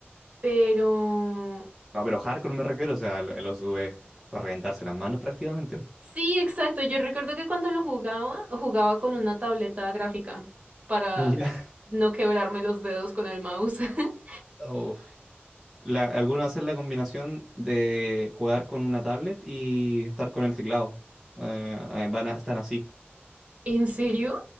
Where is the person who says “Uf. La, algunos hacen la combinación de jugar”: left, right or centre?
Centre